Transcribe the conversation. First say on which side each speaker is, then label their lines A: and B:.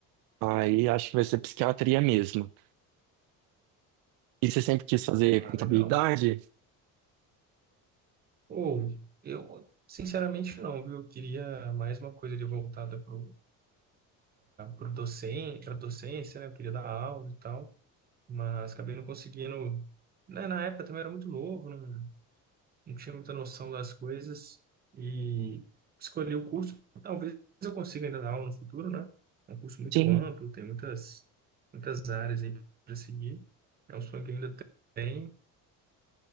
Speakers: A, on the right; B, on the right.
A: Aí acho que vai ser psiquiatria mesmo. E você sempre quis fazer
B: Ah,
A: contabilidade?
B: legal. Ou eu, sinceramente, não, viu? Eu queria mais uma coisa ali voltada para o docente, para docência, né? Eu queria dar aula e tal, mas acabei não conseguindo. né, Na época também era muito novo, não, não tinha muita noção das coisas e escolhi o curso. Talvez eu consiga ainda dar aula no futuro, né? É um curso muito
A: Sim.
B: amplo, tem muitas, muitas áreas aí para seguir. É um sonho que eu ainda tenho,